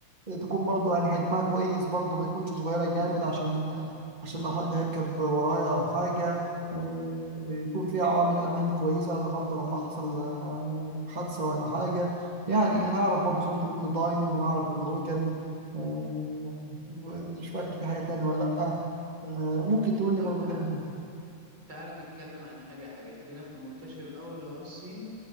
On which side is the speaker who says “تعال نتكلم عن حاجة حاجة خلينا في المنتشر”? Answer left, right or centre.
Right